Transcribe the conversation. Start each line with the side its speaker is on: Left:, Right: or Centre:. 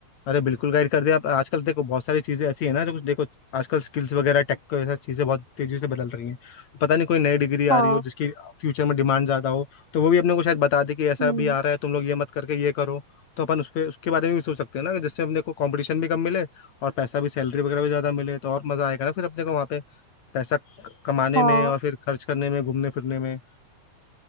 Left: अरे बिल्कुल गाइड कर दिया आप आजकल देखो बहुत सारी चीज़ें ऐसी है ना जो कुछ देखो आजकल स्किल्स वगैरह टेक को ऐसा चीज़ें बहुत तेज़ी से बदल रही हैं पता नहीं कोई नई डिग्री आ
Right: हाँ
Left: रही हो जिसकी फ्यूचर में डिमांड ज़्यादा हो तो वो भी अपने को शायद बता दे कि ऐसा
Right: हम्म
Left: भी आ रहा है तुम लोग ये मत करके ये करो तो अपन उस पे उसके बारे में भी सोच सकते हैं ना जिससे अपने को कंपटीशन भी कम मिले और पैसा भी सैलरी वगैरह भी ज़्यादा मिले तो और मज़ा आएगा ना फिर अपने को वहाँ पे पैसा क- कमाने
Right: हाँ
Left: में और फिर खर्च करने में घूमने फिरने में